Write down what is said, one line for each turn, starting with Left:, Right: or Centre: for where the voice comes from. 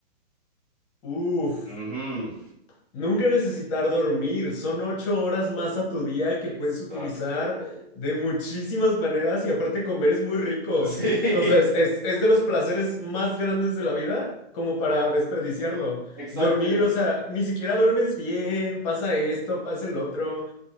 Left: Uf,
Right: Ujú.
Left: nunca necesitar dormir. Son ocho horas más a tu día que
Right: Exacto.
Left: puedes utilizar de muchísimas maneras y aparte comer es muy rico.
Right: <laughs> Sí,
Left: O sea, es, es, es de los placeres más grandes de la vida como para desperdiciarlo.
Right: Exacto.
Left: Dormir, o sea, ni siquiera duermes bien, pasa esto, pasa el otro.